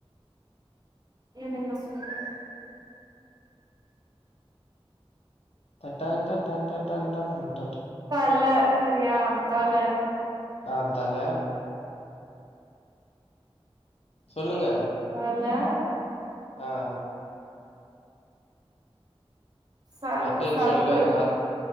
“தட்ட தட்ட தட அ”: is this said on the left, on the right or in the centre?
Left